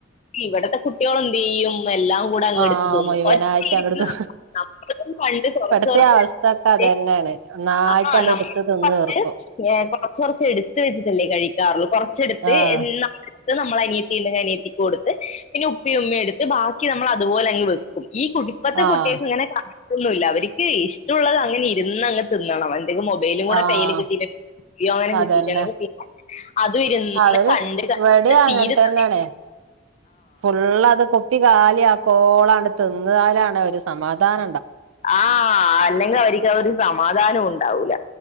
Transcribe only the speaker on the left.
ഇവിടത്തെ കുട്ടികൾ എന്ത് ചെയ്യും എല്ല കൂടെ അങ്ങ്
എടുത്ത് തിന്നും.
ഒറ്റ രിപ്പിന് <inaudible> പണ്ട്
കുറച്ച്
എടുത്ത് വെച്ചിട്ട്
ആ നമ്മൾ
പണ്ട്
ഏ കൊറച്ച കുറച്ച് എടുത്ത് വെച്ചിട്ടല്ലേ കഴിക്കാറുള്ളൂ. കൊറച്ചെടുത്ത്
എന്നാ ടുത്ത് നമ്മൾ അനിയത്തി ഉണ്ടെങ്കിൽ അനിയത്തിക്ക് കൊടുത്ത് പിന്നെ ഉപ്പേം ഉമ്മേം എടുത്ത് ബാക്കി നമ്മൾ അതുപോലെ അങ്ങ് വെക്കും ഈ കുടി ഇപ്പത്തെ
കുട്ട്യേക്ക് ങ്ങനെ കണൊന്നുമില്ല അവർക്ക് ഇഷ്ടുള്ളത് അങ്ങനെ ഇരുന്നങ്ങ് തിന്നണം അവൻ പിന്നെ മൊബൈലും കൂടെ
കയ്യിൽ കിട്ടിയിട്ട് അങ്ങനെ
കിട്ടിട്ടുണ്ടെങ്കി അത് ഇരുന്ന്
കണ്ട് കണ്ട്
തീരെ
സമയ
ആഹ അല്ലെങ്കിൽ അവർക്ക് അവ ഒരു സമാധാനൂണ്ടാവൂല